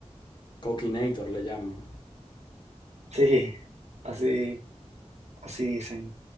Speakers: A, on the left; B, on the right.
A: Coquinator le llaman.
B: Sí, así, así dicen.